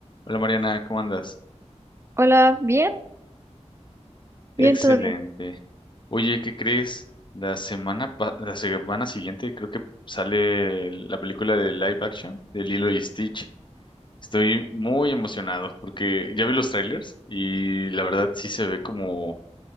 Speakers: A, on the left; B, on the right.
A: Hola Mariana, ¿cómo andas?
B: Hola, bien, bien,
A: Excelente.
B: todo bien.
A: Oye, ¿qué crees? La semana, pa- la semana siguiente creo que sale la película de live action de Lilo y Stitch. Estoy muy emocionado porque ya vi los trailers y la verdad sí se ve como,